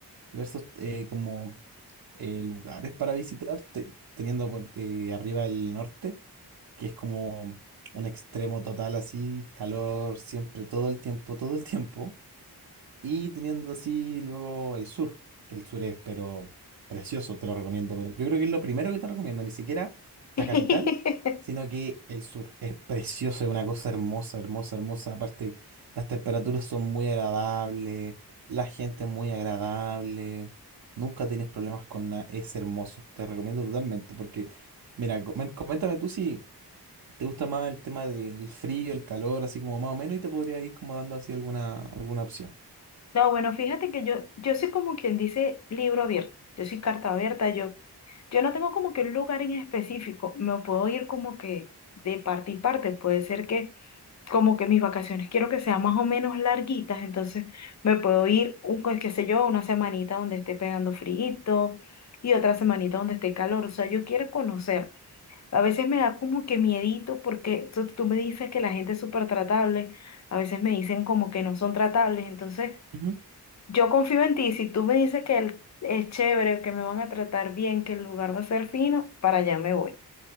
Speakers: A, on the right (about 60°); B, on the left (about 45°).
A: diversos eh, como eh, lugares para visitar, te- teniendo por eh, arriba el norte que es como un extremo total así, calor siempre, todo el tiempo, todo el tiempo, y teniendo así luego el sur, que el sur es pero precioso, te lo recomiendo, pero yo creo que es lo primero que te recomiendo, ni siquiera la
B: <laughs>
A: capital, sino que el sur es precioso, es una cosa hermosa, hermosa, hermosa, aparte las temperaturas son muy agradables, la gente es muy agradable. Nunca tienes problemas con nada, es hermoso, te recomiendo totalmente, porque mira, comen- coméntame tú si, te gusta más el tema del frío, el calor, así como más o menos, y te podría ir como dando así alguna, alguna opción.
B: No, bueno, fíjate que yo, yo soy como quien dice libro abierto, yo soy carta abierta, yo Yo no tengo como que un lugar en específico, me puedo ir como que de parte y parte, puede ser que como que mis vacaciones quiero que sean más o menos larguitas, entonces me puedo ir, un, pues, qué sé yo, una semanita donde esté pegando frío y otra semanita donde esté calor, o sea, yo quiero conocer. A veces me da como que miedito porque tú, tú me dices que la gente es súper tratable, a veces me dicen como que no son tratables, entonces...
A: Ujú.
B: Yo confío en ti, si tú me dices que el- es chévere, que me van a tratar bien, que el lugar va a ser fino, para allá me voy.